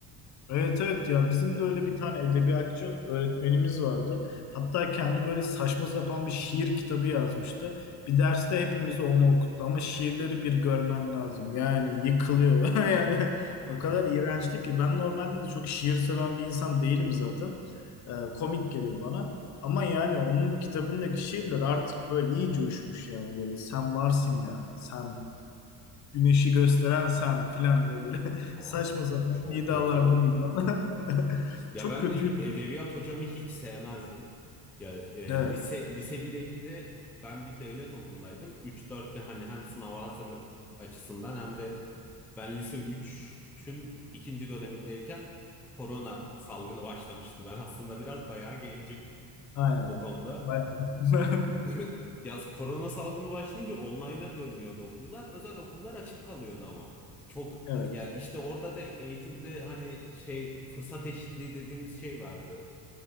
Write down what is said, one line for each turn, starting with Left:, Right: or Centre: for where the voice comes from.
Left: Evet evet ya bizim de öyle bir tane edebiyatçı öğretmenimiz vardı. Hatta kendi böyle saçma sapan bir şiir kitabı yazmıştı. Bir derste hepimize onu okuttu ama şiirleri bir görmen lazım. Yani yıkılıyor. <laughs> Yani
Centre: Yani
Left: o kadar iğrençti ki ben normalde de çok şiir seven bir insan değilim zaten. Ee, komik gelir bana. Ama yani onun kitabındaki şiirler artık böyle iyice uçmuş yani böyle sen varsın ya sen güneşi gösteren sen filan diye böyle <laughs>
Centre: abi
Left: saçma sapan
Centre: çok
Left: iddialarda
Centre: kötü yani.
Left: bulunan. <laughs>
Centre: Ya
Left: Çok
Centre: ben
Left: kötüydü.
Centre: e- edebiyat hocamı hiç sevmezdim. Ya e,
Left: Evet.
Centre: lise lise 1-2'de ben bir devlet okulundaydım. Üç dörtte hani hem sınava hazırlık açısından hem de ben lise üçün ikinci dönemindeyken korona salgını başlamıştı. Ben aslında biraz bayağı gencim
Left: Aynen.
Centre: o konuda.
Left: Bayağı. <laughs>
Centre: <laughs> Yaz korona salgını başlayınca online'a dönüyordu okullar. Özel okullar açık kalıyordu ama. Çok
Left: Evet.
Centre: ya işte orada da eğitimde hani şey fırsat eşitliği dediğimiz şey vardı